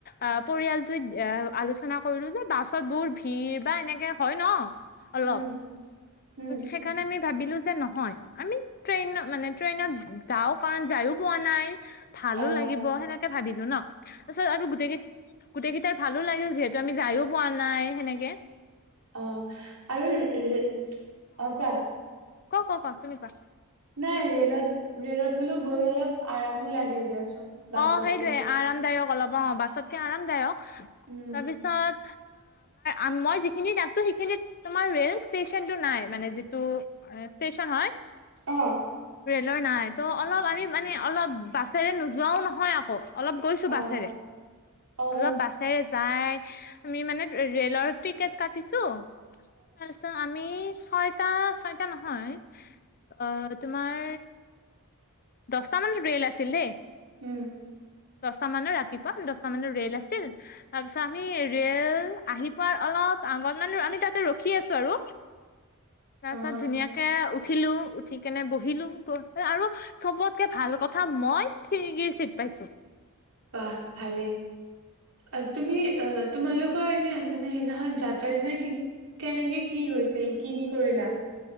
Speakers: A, on the left; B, on the right.
A: আহ, পৰিয়ালটোৱে এ আলোচনা কৰিলো যে বাছত বহুত ভিৰ বা এনেকে হয় ন। অলপ
B: উম উম
A: সেইকাৰণে আমি ভাবিলো। যে নহয় আমি ট্ৰেইনত মানে ট্ৰেইনত যাও কাৰণ যায়ও পোৱা নাই। ভালো
B: অ'
A: লাগিব সেনেকে ভাবিলো ন তাৰ পিছত আৰু গোটেই কেই গোটেইকেইটাৰ ভালো লাগিল যিহেতু আমি যায়ও পোৱা নাই সেনেকে।
B: অহ' আৰু অহ'কোৱা?
A: ক - ক - ক - ক তুমি কোৱা?
B: নাই ৰেলত - ৰেলত বোলো গৈ অলপ আৰামো লাগে দিয়াচোন। বাছতকে।
A: অহ' সেইটয়ে আৰামদায়ক। ক'ব লাগিব অহ ' বাছতকে আৰামদায়ক।
B: উম
A: তাৰপিছত আমাৰ মই যিখিনিত আছো সেইখিনিত তোমাৰ ৰে'ল ষ্টেচনটো নাই, মানে যিটো ষ্টেচন হয়।
B: অহ ',
A: ৰে'লৰ নাই ত' অলপ আমি মানে অলপ বাছেৰে যোৱাও নহয় আকৌ। অলপ গৈছো বাছেৰে
B: অ অ
A: অলপ বাছেৰে যায়। আমি মানে ৰেলৰ টিকেট কাটিছো তাৰপিছত আমি ছয়টা - ছয়টা নহয় অহ 'তোমাৰ দসটামান ৰেল আছিল দেই।
B: উম।
A: দশটামানৰ ৰাতিপুৱা দশটামানত ৰে'ল আছিল, তাৰপিছত আমি ৰে'ল আহি পোৱাৰ অলপ আগণমান আমি তাতে ৰখি আছো আৰু। তাৰপিছত
B: অ
A: ধুনীয়াকে উ উঠিলো উঠি কেনে বহিলো আৰু চবতকে ভাল কথা মই খিৰিকিৰ চিট পাইছো।
B: ৱাহ ভালে আ তুমি অহ তোমালোকৰ এনে মানে সেইদিনাখন যাত্ৰাৰ দিনা, কি কেনেকে কি হৈছিল কি - কি কৰিলা?